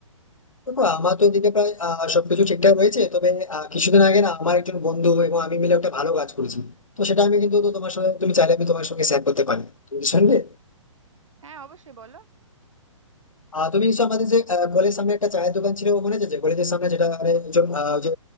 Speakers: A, on the left; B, on the right.
A: দেখো আমার তো এদিকে প্রায় আহ, সবকিছু ঠিকঠাক রয়েছে তবে আহ, কিছুদিন আগে না আমার একজন বন্ধু এবং আমি মিলে একটা ভালো কাজ করেছি তো সেটা আমি কিন্তু তো তোমার সঙ্গে তুমি চাইলে আমি তোমার সঙ্গে শেয়ার করতে পারি তুমি শুনবে
B: হ্যাঁ অবশ্যই বলো
A: আহ তুমি নিশ্চয় আমাদের যে কলেজের সামনে একটা চায়ের দোকান ছিল মনে আছে যে কলেজের সামনে যেটা মানে একজন আহ, যে